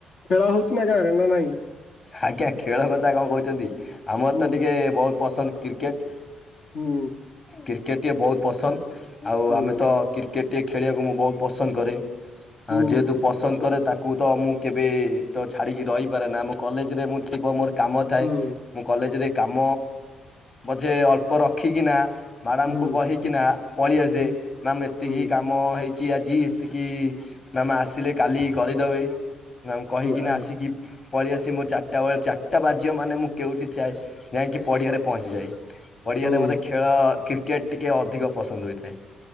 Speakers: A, on the left (about 65°); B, on the left (about 35°).
A: ଖେଳ ହୋଉଚି ନା ଗାଁରେ ନା ନାଇଁ?
B: ଆଜ୍ଞା ଖେଳ କଥା କଣ କହୁଚନ୍ତି। ଆମର
A: ହୁଁ
B: ତ ଟିକିଏ ବହୁତ୍ ପସନ୍ଦ କ୍ରିକେଟ୍।
A: ହୁଁ।
B: କ୍ରିକେଟିଏ ବହୁତ୍ ପସନ୍ଦ। ଆଉ
A: ହୁଁ
B: ଆମେ ତ କ୍ରିକେଟ୍ ଟିଏ ଖେଳିବାକୁ ମୁଁ ବହୁତ୍ ପସନ୍ଦ କରେ।
A: ହୁଁ
B: ଆଉ ଯେହେତୁ ପସନ୍ଦ କରେ ତାକୁ ତ ମୁଁ କେବେ ତ ଛାଡ଼ିକି ରହିପାରେ ନା। ମୋ କଲେଜରେ ମୁଁ ଥିବ ମୋର କାମ ଥାଏ।
A: ହୁଁ
B: ମୁଁ କଲେଜରେ କାମ ମଝିରେ ଅଳ୍ପ ରଖିକିନା ମାଡାମଙ୍କୁ
A: ହୁଁ
B: କହିକି ନା ପଳେଇଆସେ।
A: ହୁଁ
B: ମାମ୍ ଏତିକି
A: ହୁଁ
B: କାମ୍ କାମ ହେଇଚି ଆଜି ଏତିକି ମାମ୍ ଆସିଲେ କାଲି କରିଦବି। ମାମ୍ କହିକିନା
A: ହୁଁ ଆଜ୍ଞା
B: ଆସିକି ପଳେଇ ଆସି ମୋ ଚାରିଟା ବେଳେ ଚାରିଟା ବାଜିବ ମାନେ ମୁଁ କେଉଁଠି ଠିଆଇ ଯାଇକି ପଡ଼ିଆରେ ପହଞ୍ଚିଯାଏ। ପଡ଼ିଆରେ
A: ହୁଁ
B: ମୋତେ ଖେଳ କ୍ରିକେଟ ଟିକିଏଅଧିକ ପସନ୍ଦ ହୋଇଥାଏ।